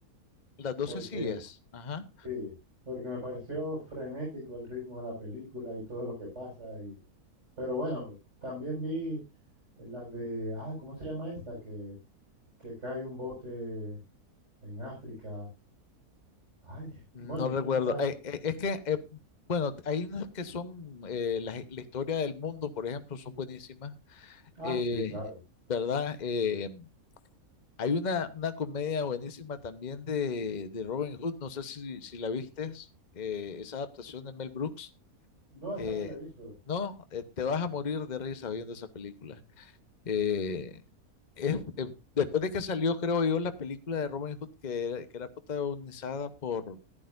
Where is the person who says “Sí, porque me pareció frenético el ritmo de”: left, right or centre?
Right